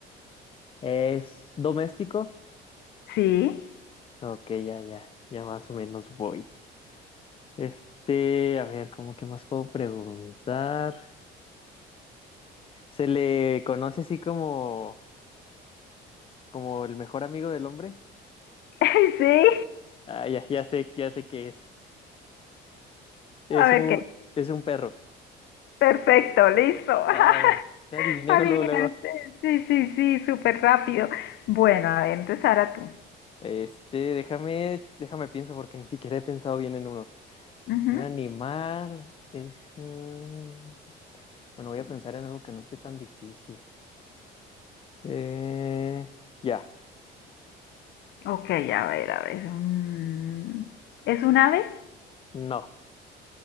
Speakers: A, on the left; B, on the left.
A: ¿es doméstico?
B: sí,
A: Ok, ya, ya, ya más o menos voy. Este, a ver, ¿cómo que más puedo preguntar? ¿Se le conoce así como, como el mejor amigo del hombre?
B: <laughs> sí.
A: Ah, ya, ya sé, ya sé qué es. Es
B: A ver
A: un,
B: qué.
A: es un perro.
B: Perfecto, listo.
A: Ah, ya
B: <laughs>
A: adiviné
B: Adivinaste.
A: luego, luego.
B: Sí, sí, sí, súper rápido. Bueno, a ver, entonces ahora tú.
A: Este, déjame, déjame pienso porque ni siquiera he pensado bien en uno.
B: Ujú.
A: Un animal es... mm, Bueno, voy a pensar en algo que no esté tan difícil. Eh, ya,
B: Ok, a ver, a ver. mm, ¿Es un ave?
A: no,